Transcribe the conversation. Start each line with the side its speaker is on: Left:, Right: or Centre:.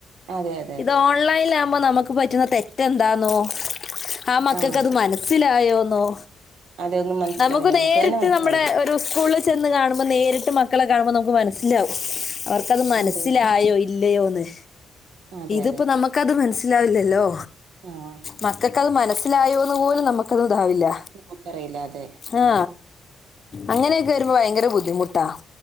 Right: അതെ അതെ
Left: ഇത് ഓൺലൈലാ മ്മ നമ്മക്ക് പറ്റുന്ന തെറ്റെന്താന്നോ ആ മക്കക്ക്
Right: ആഹ്
Left: അത് മനസ്സിലായോന്നോ
Right: അതെ ഒന്നും മനസ്സിലാവില്ല
Left: നമുക്ക് നേരിട്ട്
Right: തന്നെ മനസ്സിലാവില്ല
Left: നമ്മടെ ഒരു സ്കൂള് ചെന്ന് കാണുമ്പോ നേരിട്ട് മക്കളെ കാണുമ്പോ നമുക്ക് മനസ്സിലാകും അവർക്കത് മനസ്സിലായോ
Right: അതെ
Left: ഇല്ലയോന്ന്
Right: അതെ
Left: ഇത്പ്പോ
Right: അതെ
Left: നമ്മക്കത് മൻസ് വില്ലലോ
Right: ആഹ്
Left: മക്കക്കത് മനസിലായോന്ന് പോലും നമ്മക്കത് ആവില്ല
Right: നമുക്കറിയില്ല അതെ
Left: ആ അങ്ങനെ വരുമ്പോ ഭയങ്കര ബുദ്ധിമുട്ടാ